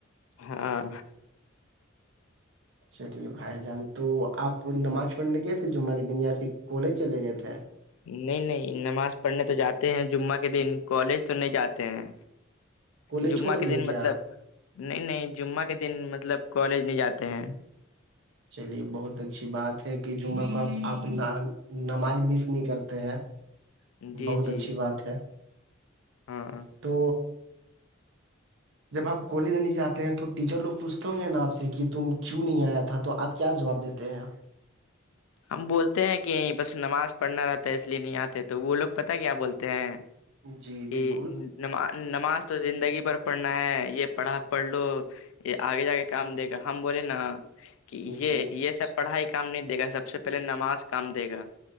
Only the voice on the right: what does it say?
چلیے بھائی جان تو آپ نماز پڑھنے گئے تھے جمعہ کے دن یا پھر کالج چلے گئے تھے
کالج
چھوڑ دیے
کیا
چلیے بہت اچھی بات ہے کہ جمعہ کو آ نماز مس نہیں کرتے ہیں
بہت
اچھی بات ہے
تو
جب آپ کالج نہیں جاتے ہیں تو ٹیچر لوگ پوچتے ہ گے نا آپ سے کہ تم کیوں نہیں آیا تھا تو آپ کیا جواب دیتے ہیںپ
جی
بالکل
جی